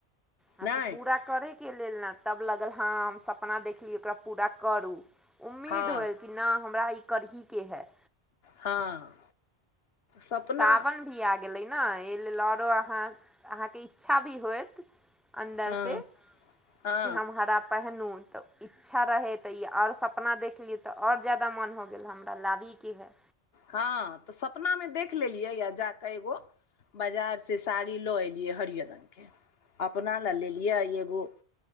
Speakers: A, in the centre; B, on the left.
A: हँ
B: नहि
A: तऽ पूरा करयके लेल ने तब लागल हँ हम सपना देखली ओकरा पूरा करू उम्मीद
B: हँ
A: होएल कि नहि हमरा ई करहीके है
B: हँ सपना
A: सावन भी आ गेलै ने एहि लेल आओरो अहाँ अहाँके इच्छा भी होयत अन्दरसँ
B: हँ हँ
A: कि हम हरा पहिनो त इच्छा रहै तऽ ई आओर सपना देखलियै तऽ आओर जादा मोन हो गेल हमरा लाबिहिके है
B: हँ तऽ सपना में देख लेलियै आ जाके एगो बाजार से साड़ी लो एल हरिअर रंगके अपना लए लेलियै एगो